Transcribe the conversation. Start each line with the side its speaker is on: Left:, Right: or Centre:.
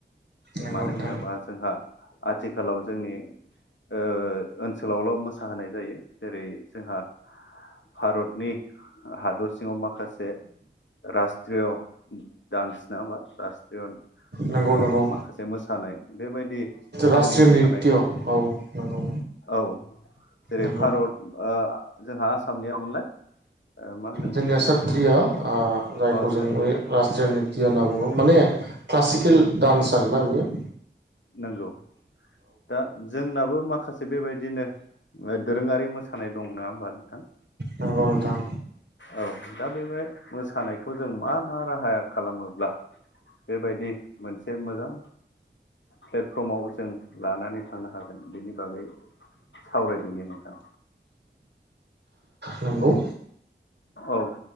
Right: नंगौ
Left: मानो
Right: नोंथां
Left: होनोबा जोंहा आथिखालाव जोंनि ओ ओनसोलावल' मोसाहोनाय जायो जेरै जोंहा भारतनि हादर सिङाव माखासे रास्ट्रिय दडान्स नङा होमबा रास्ट्रिय ओ
Right: नंगौ नंगौ
Left: माखासे मोसानाय। बेबायदि
Right: रास्ट्रिय
Left: जोंनि मोसानायखौ
Right: नित्य औ नंगौ
Left: औ जेरै
Right: नंगौ
Left: भारत ओ जोंहा आसामनिया मोनलाय मा होनोमोन
Right: जोंनिया
Left: जोंहा
Right: सथ्रिया जायखौ
Left: अ सात्रिया
Right: जों बे राज ट्रिय होनना बुङो माने क्लासिकेल डान्स आरोना बेयो
Left: नोंगौ दा जोंनाबो माखासे बेबायदिनो ओ दोरोङारि मोसानाय दं नङा होमबा नोंथां?
Right: नोंगौ नोंथां
Left: औ दा बेबाय मोसानायखौ जों मा मा राहाया खालामोब्ला बेबायदि मोनसे मोजां प्लेटफर्माव जों लानानै थांनो हागोन बेनि बागै सावरायदिनि नोंथां।
Right: नंगौ
Left: औ